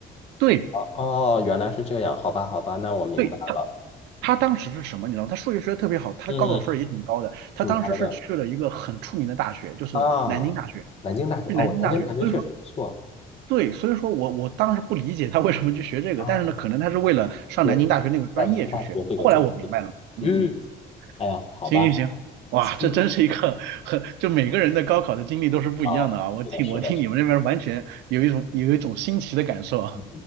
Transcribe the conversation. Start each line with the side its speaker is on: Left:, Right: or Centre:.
Right: 对
Left: 哦，原来是这样，好吧，好吧，那我明白了，
Right: 对，他他当时是什么？你知道吗他数学学的特别好，他的高考分儿也挺高的。
Left: 嗯，
Right: 他当时是去了一个很出名的大学，
Left: 挺高的
Right: 就是南京大学，
Left: 啊，南京大学哦，
Right: 去南京大学。
Left: 南京大学确实不错
Right: 所以说。对，所以说我我当时不理解他为什么去学这个，
Left: 啊，
Right: 但是呢，可能他是为了上南京大学那个专业去学的后来我明白了嘛，
Left: 对，南京大学这个专业，
Right: 嗯嗯，
Left: 嗯，哎呀，好吧，
Right: 行行行，哇，这真是一个很，
Left: 嗯，
Right: 就每个人的高考的经历都是不一样的啊。
Left: 哦，
Right: 我听我听你们那边完全有一种有一种新奇的感受啊。
Left: 是的，是的，是的，嗯